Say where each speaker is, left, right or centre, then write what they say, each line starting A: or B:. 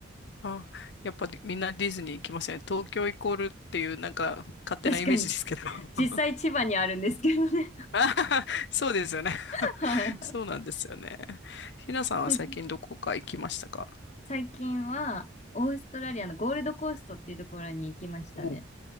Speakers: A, on the left; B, on the left.
A: あ、やっぱりみんなディズニー行きません。東京イコールっていうなんか勝手なイメージですけど。
B: 確かに。
A: <laughs>
B: 実際千葉にあるんですけどね。
A: <laughs> あははそうですよね。
B: <laughs> はい。
A: <laughs> そうなんですよね。ひなさんは最近どこか行きましたか
B: <laughs> 最近は、オーストラリアのゴールドコーストっていうところに行きましたね。
A: おう